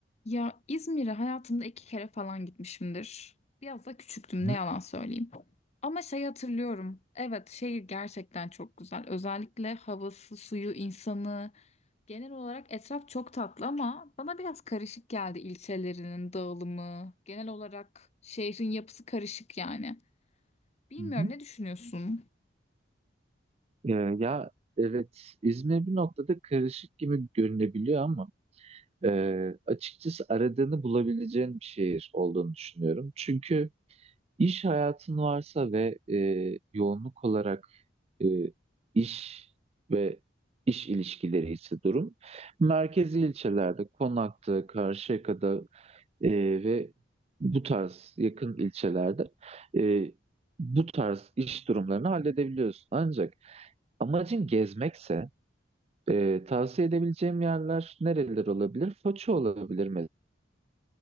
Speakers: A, on the left (about 35°); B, on the right (about 30°).
A: Ya İzmir'e hayatımda iki kere falan gitmişimdir. Biraz da küçüktüm
B: Hı
A: ne yalan söyleyeyim. Ama şey hatırlıyorum. Evet şehir gerçekten çok güzel. Özellikle havası, suyu, insanı. Genel olarak etraf çok tatlı ama bana biraz karışık geldi ilçelerinin dağılımı. Genel olarak şehrin yapısı karışık yani. Bilmiyorum
B: hı. hı.
A: ne düşünüyorsun?
B: Ee, ya evet İzmir bir noktada karışık gibi görünebiliyor ama e, açıkçası aradığını bulabileceğin bir şehir olduğunu düşünüyorum. Çünkü iş hayatın varsa ve e, yoğunluk olarak e, iş ve iş ilişkileri ise durum merkezi ilçelerde Konak'ta, Karşıyaka'da e, ve bu tarz yakın ilçelerde e, bu tarz iş durumlarını halledebiliyorsun. Ancak Amacın gezmekse e, tavsiye edebileceğim yerler nereler olabilir? Foça olabilir